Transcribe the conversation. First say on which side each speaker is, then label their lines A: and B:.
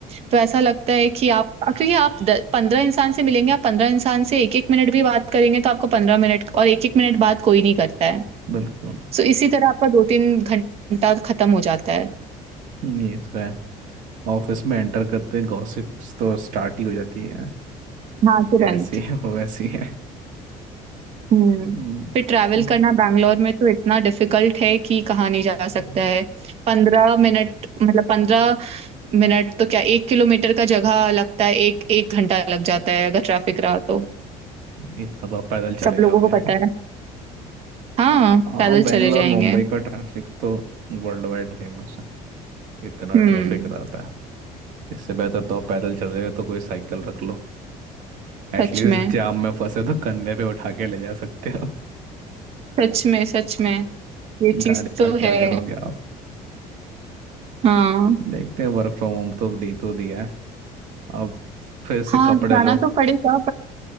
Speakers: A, on the right; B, on the right.
A: तो ऐसा लगता है कि आप क्योंकि आप पंद्रह इंसान से मिलेंगे आप पंद्रह इंसान से एक एक मिनट भी बात करेंगे तो आपको पंद्रह मिनट और एक एक मिनट बात कोई नहीं करता है
B: बिल्कुल
A: सो इसी तरह आपका दो तीन घंटा खत्म हो जाता है
B: ये तो है ऑफिस में एंटर करते ही गॉसिप्स तो स्टार्ट ही हो जाती है
A: हाँ
B: ये
A: तुरंत
B: ऐसी है वो वैसी है
A: हम्म
B: हम्म,
A: फिर ट्रैवल
B: तो
A: करना बैंगलोर में तो इतना डिफिकल्ट है कि कहाँ नहीं जा
B: हम्म,
A: सकता है पंद्रह मिनट मतलब पंद्रह मिनट तो क्या एक किलोमीटर का जगह लगता है एक एक घंटा लग जाता है अगर ट्रैफिक रहा तो
B: इतना तो आप पैदल चले
A: सब
B: जाओगे
A: लोगों को पता है हाँ
B: हाँ
A: पैदल
B: बेंगलोर
A: चले जाएंगे
B: मुंबई का ट्रैफिक तो वर्ल्ड वाइड फेमस है इतना
A: हम्म
B: ट्रैफिक रहता है इससे बेहतर तो आप पैदल चले गए तो कोई साइकिल रख लो एटलीस्ट
A: सच में
B: जाम में फंसे तो कंधे पे उठा के ले जा सकते हो
A: सच में सच में ये चीज
B: गाड़ी
A: तो
B: का क्या
A: है
B: करोगे आप
A: हाँ
B: देखते हैं वर्क फ्रॉम होम तो दे तो दिया है अब फिर से
A: हाँ
B: कपड़े
A: जाना
B: लो
A: तो पड़ेगा